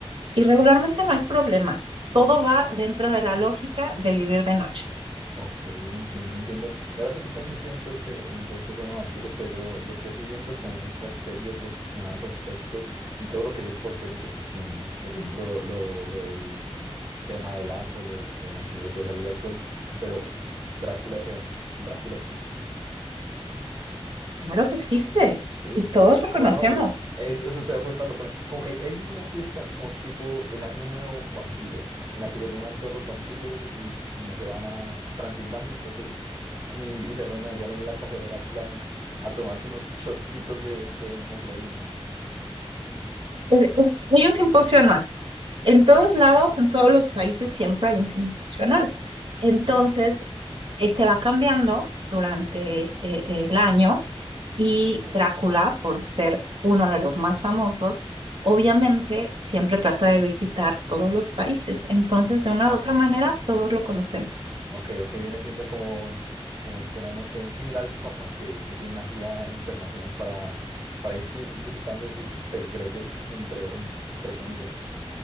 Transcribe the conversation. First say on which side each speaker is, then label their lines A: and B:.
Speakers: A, on the right; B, on the right.
A: y regularmente no hay problema. Todo va dentro de la lógica de vivir de noche.
B: Ok, entiendo, entiendo. Y ahora tú que estás metido en todo este, en todo este tema de vampiros, pues yo, yo crecí viendo como muchas series de ficción al respecto y todo lo que sé es por series de ficción. ¿no? Por ejemplo, lo, lo del tema del ajo, lo del tema de que no se puede salir al sol, pero Drácula es real, Drácula existe.
A: Claro que existe
B: Sí,
A: y todos lo conocemos.
B: ¿lo conoces? Es- Eso, te voy a preguntar, ¿lo conoces? Como que hay, hay una fiesta como tipo el Año Nuevo Vampiro, en la que se reúnen todos los vampiros y s- no se van a Transilvania, creo que es, y, y se reúnen allá en la casa de Drácula a tomarse unos shotcitos de, de hemoglobina. <laughs>
A: Es- es- hay un simposio anual En todos lados, en todos los países, siempre hay un signo funcional. Entonces,
B: Sí.
A: este va cambiando durante eh, el año y Drácula, por ser uno de los más famosos, obviamente siempre trata de visitar todos los países. Entonces, de una u otra manera, todos lo conocemos.
B: Ok, ok, viene siendo como, como si fuera, no sé, un similar al Papa que, que tiene una gira internacional para, para ir fi- visitando sus feligreses, entre, entre comillas.